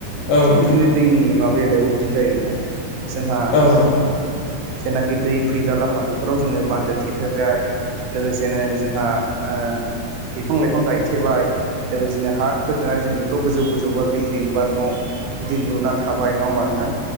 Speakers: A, on the left; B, on the right.
A: औ
B: थिग
A: नोंथां
B: बिदिनो दैनि माबा बेलायावबो बिदिनो जायो। जोंहा।
A: औ नोंथां
B: जेनाखि दै फैग्रा लामा बेफोराव जोङो बान्दो थेथोबाय। लोगोसेनो जोंहा ओ बिफां लाइफां गायथेबाय। लोगोसेनो हा खोथेनाजों बेफोराव गोजौ गोजौ बा बिल्डिं बा न'। बिदि लुना थाबाय नङा होमबा नोंथां।